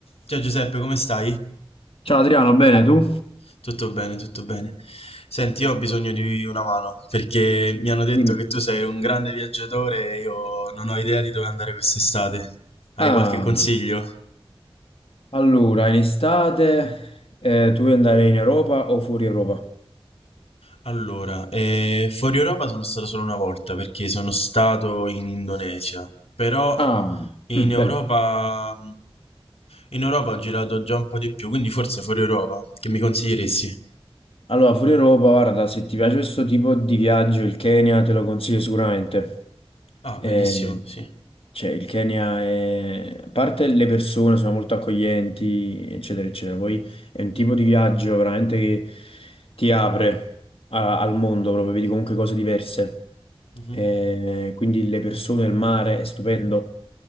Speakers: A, on the left (about 85°); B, on the left (about 70°).
A: Ciao Giuseppe, come stai?
B: Ciao Adriano, bene tu?
A: Tutto bene, tutto bene. Senti, io ho bisogno di una mano perché mi hanno detto
B: Dimmi.
A: che tu sei un grande viaggiatore e io non ho idea di dove andare quest'estate. Hai
B: Ah,
A: qualche consiglio?
B: allora, in estate eh, tu vuoi andare in Europa o fuori Europa?
A: Allora, eh, fuori Europa sono stato solo una volta perché sono stato in Indonesia, però
B: Ah,
A: in
B: mm,
A: Europa,
B: bello.
A: in Europa ho girato già un po' di più, quindi forse fuori Europa, che mi consiglieresti?
B: Allora, fuori Europa, guarda, se ti piace questo tipo di viaggio, il Kenya te lo consiglio sicuramente.
A: Ah, bellissimo,
B: Eh,
A: sì.
B: Cioè, il Kenya è... A parte le persone sono molto accoglienti, eccetera, eccetera. Poi è un tipo di viaggio veramente che ti apre a- al mondo, proprio vedi comunque cose diverse.
A: Mhm.
B: Eh, quindi le persone, il mare è stupendo.